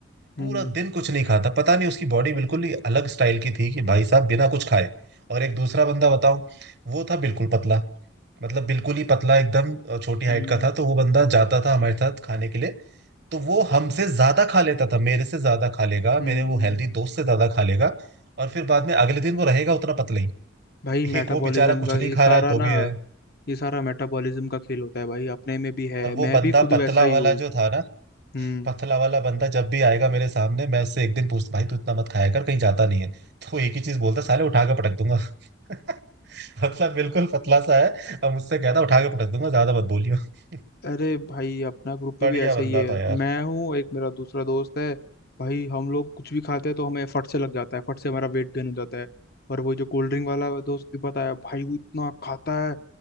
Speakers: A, on the left; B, on the right.
A: हम्म
B: पूरा दिन कुछ नहीं खाता पता नहीं उसकी बॉडी बिल्कुल ही अलग स्टाइल की थी कि भाई साहब बिना कुछ खाए और एक दूसरा बंदा बताऊं वो था बिल्कुल पतला मतलब बिल्कुल ही पतला एकदम अ, छोटी हाइट
A: हम्म
B: का था तो वो बंदा जाता था हमारे साथ खाने के लिए तो वो हमसे ज्यादा खा लेता था मेरे से ज्यादा खा लेगा
A: हम्म
B: मेरे वो हेल्दी दोस्त से ज्यादा खा लेगा और फिर बाद में अगले दिन वो रहेगा उतना पतला ही
A: भाई मेटाबॉलिज्म
B: एक वो बेचारा कुछ
A: का
B: नहीं
A: ये
B: खा
A: सारा
B: रहा है तो
A: ना
B: भी है
A: ये सारा मेटाबॉलिज्म का खेल होता है भाई अपने में भी है
B: और वो
A: मैं
B: बंदा
A: भी खुद
B: पतला
A: वैसा ही
B: वाला
A: हूँ
B: जो था ना
A: हम्म
B: पतला वाला बंदा जब भी आएगा मेरे सामने मैं उससे एक दिन पूछता भाई तू इतना मत खाया कर कहीं जाता नहीं है तो वो एक ही चीज बोलता साले उठा के पटक दूंगा <laughs> मतलब बिल्कुल पतला सा है और मुझसे कहता उठा के पटक दूंगा ज्यादा मत बोलियो <laughs>
A: अरे भाई अपना ग्रुप
B: बढ़िया
A: में भी ऐसा
B: बंदा
A: ही है
B: था यार
A: मैं हूँ एक मेरा दूसरा दोस्त है भाई हम लोग कुछ भी खाते हैं तो हमें फट से लग जाता है फट से हमारा वेट गेन हो जाता है और वो जो कोल्ड ड्रिंक वाला दोस्त भी बताया भाई वो इतना खाता है